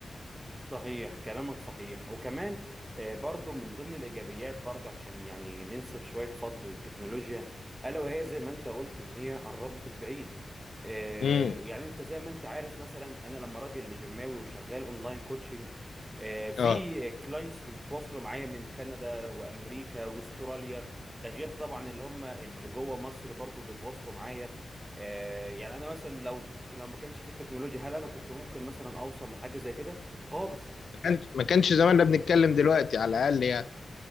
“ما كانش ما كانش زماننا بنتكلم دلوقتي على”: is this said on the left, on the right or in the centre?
Left